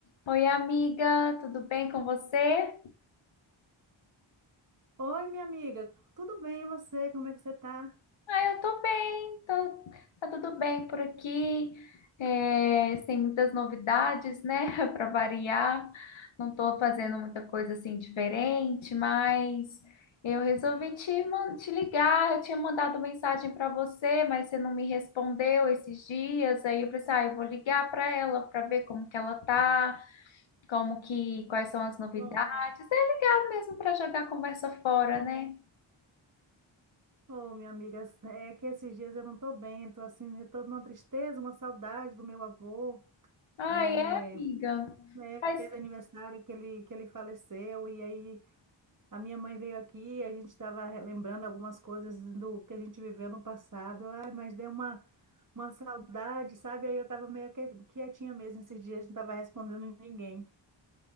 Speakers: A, on the left (about 70°); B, on the right (about 40°).
A: Oi, amiga, tudo bem com você?
B: Oi, minha amiga, tudo bem e você? Como é que você tá?
A: Ah, eu tô bem, tô- tá tudo bem por aqui, é, sem muitas novidades, né, <laughs> para variar. Não tô fazendo muita coisa assim diferente, mas eu resolvi te, man- te ligar. Eu tinha mandado mensagem para você, mas você não me respondeu esses dias. Aí eu pensei, ah, eu vou ligar para ela para ver como que ela tá, como que, quais são as novidades.
B: Oh,
A: É legal mesmo para jogar a conversa fora, né?
B: Ô, minha amiga, é que esses dias eu não tô bem, tô assim, eu tô numa tristeza, uma saudade do meu avô.
A: Ai,
B: É,
A: é, amiga.
B: né,
A: Mas
B: fez
A: eu
B: aniversário que ele, que ele faleceu, e aí a minha mãe veio aqui, e a gente estava lembrando algumas coisas do que a gente viveu no passado, ai, mas deu uma, uma saudade, sabe? Aí eu estava meio que- quietinha mesmo esses dias, não estava respondendo ninguém.